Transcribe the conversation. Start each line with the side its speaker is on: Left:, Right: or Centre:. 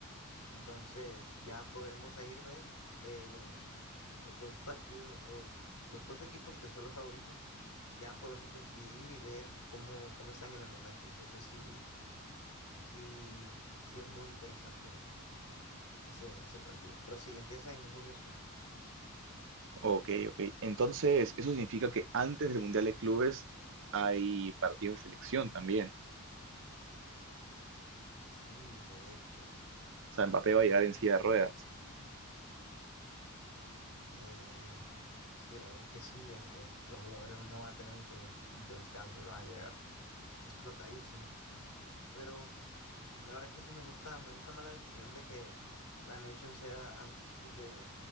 Left: Entonces ya podremos ahí ver eh, los, los dos partidos, los, los dos equipos que son los favoritos. Ya podemos decidir y ver cómo, cómo están en el momento. Entonces sí, sí, sí es muy interesante ese, ese partido. Pero sí, empieza en junio cinco
Right: Ok, ok. Entonces, eso significa que antes del Mundial de Clubes hay partidos de selección también.
Left: Sí, de hecho.
Right: O sea, Mbappé va a llegar
Left: Entonces,
Right: en silla de ruedas.
Left: Eh, sí, la verdad es que sí, a- es- los jugadores no van a tener mucho, de- mucho descanso y van a llegar explotadísimos. Pero la verdad es que sí me gusta, me gusta más la decisión de que la Nation sea antes de,